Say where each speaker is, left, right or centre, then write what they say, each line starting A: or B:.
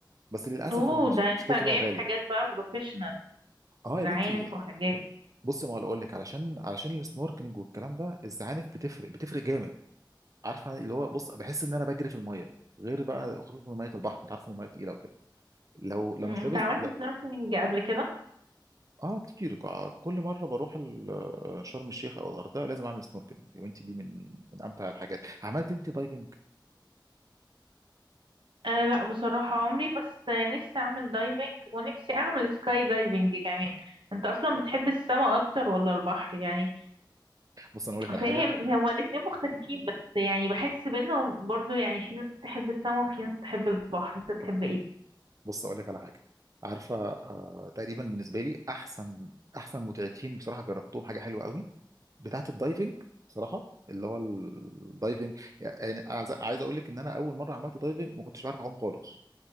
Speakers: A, on the right; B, on the right.
A: بس للاسف
B: اوه
A: هو مش...
B: ده انت
A: مشكلته ان
B: جايب
A: هو غالي
B: حاجات بقى بروفيشنال
A: اه
B: زعانف
A: يا بنتي
B: وحاجات
A: بصي ما اقول لك علشان علشان السنوركلينج والكلام ده الزعانف بتفرق بتفرق جامد عارفه اللي هو بص بحس ان انا بجري في الميه غير بقى خصوصا ميه البحر انت عارفه الميه تقيله وكده لو لو
B: أمم،
A: مش
B: انت
A: لابس
B: عملت
A: لا
B: سنوركلينج قبل كده
A: اه كتير ك- كل مره بروح ال- آه، شرم الشيخ او الغردقه لازم اعمل سنوركلينج يا بنتي دي من من امتع الحاجات عملت انت دايفنج
B: أه لا بصراحة عمري بس نفسي أعمل دايفنج ونفسي أعمل سكاي دايفنج كمان أنت أصلا بتحب السما أكتر ولا البحر يعني
A: بص انا اقول لك على
B: فاهم
A: حاجه
B: هما الاتنين مختلفين بس يعني بحس بينهم برضو يعني في ناس تحب السما وفي ناس تحب البحر أنت تحب إيه
A: بص اقول لك على حاجه عارفه آه تقريبا بالنسبه لي احسن احسن متعتين بصراحه جربتهم حاجه حلوه قوي بتاعه الدايفنج بصراحه اللي هو الدايفنج يعني عايز عايز اقول لك ان انا اول مره عملت دايفنج ما كنتش بعرف اعوم خالص